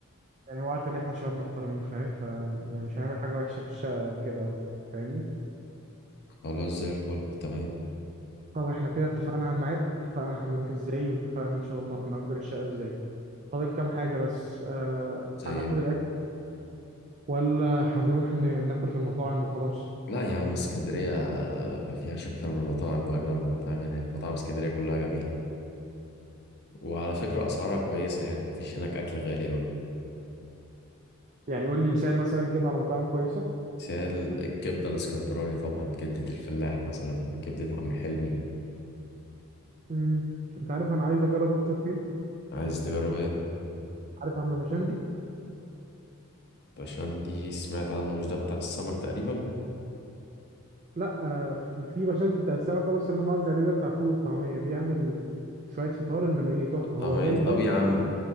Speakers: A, on the right; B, on the left.
A: يعني هو عارف إن إحنا شباب محترمين فاهم ف يعني مش هنعمل حاجة وحشة في الشقة أو كده أو فاهمني
B: خلاص زي الفل تمام
A: طب احنا كده اتفقنا على الميعاد اتفقنا هنروح ازاي واتفقنا ان شاء الله هنأجر الشقة ازاي فاضل كام حاجة بس آه
B: زي
A: هناخد الأكل ولا هنروح ن- ناكل في المطاعم وخلاص
B: لا يا عم اسكندرية آه، ما فيهاش أكتر من المطاعم وأجمل من المطاعم هناك مطاعم اسكندرية كلها جميلة وعلى فكرة أسعارها كويسة يعني ما فيش هناك أكل غالي أوي
A: يعني قول لي مثال مثلا كده على مطاعم كويسة
B: بس هي الكبدة الاسكندراني طبعا كبدة الفلاح مثلا كبدة عم حلمي
A: امم انت عارف انا عايز اجرب افطر فين
B: عايز تجرب ايه؟
A: عارف عم بشندي
B: بشندي سمعت عنه مش ده بتاع السمك تقريبا
A: لا آه في في بشندي بتاع السمك آه، بس اللي انا قصدي عليه ده بتاع فول والطعمية بيعمل شوية فطار انما ايه تحفة
B: طب
A: هو
B: إيه؟
A: غالي
B: طب
A: قوي
B: يا عم